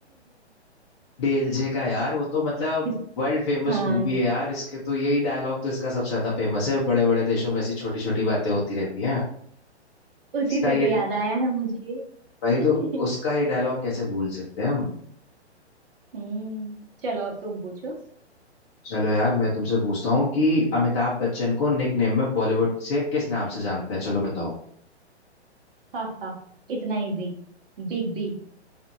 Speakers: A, on the left; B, on the right.
A: डीएलजे का यार वो तो मतलब
B: <laughs>
A: वर्ल्ड फेमस
B: हाँ
A: मूवी है यार इसके तो यही डायलॉग तो इसका सबसे ज्यादा फेमस है बड़े बड़े देशों में ऐसी छोटी छोटी बातें होती रहती हैं
B: उसी
A: इसका
B: से
A: ये
B: तो याद आया है मुझे
A: वही
B: <laughs>
A: तो उसका ये डायलॉग कैसे भूल सकते हैं हम
B: हम्म चलो अब तुम पूछो
A: चलो यार मैं तुमसे पूछता हूँ कि अमिताभ बच्चन को निक नेम में बॉलीवुड से किस नाम से जानते हैं चलो बताओ
B: हा हा इतना इजी Big B